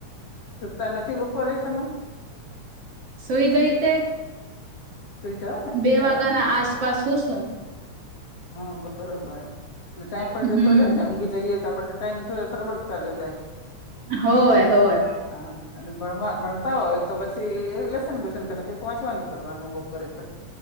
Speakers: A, on the left; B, on the right.
A: સતા નથી બકો રહી તમે.
B: સુઈ જઈ તે
A: સુઈ જાઓ ને
B: બે
A: હા
B: વાગ્યા ના આસપાસ હું શું.
A: હા બરોબર એટલે ટાઈમ પણ
B: હમ
A: જતો જાય ને ઊંઘી જઈએ તો આપ ટાઈમ થો થોડાબડું ચાલ્યો જાય.
B: હોય હોય
A: હા ભણવા ભણતા હોય તો પછી લસન બેસનને કઈક વાંચવાનું કરવાનું બરેક.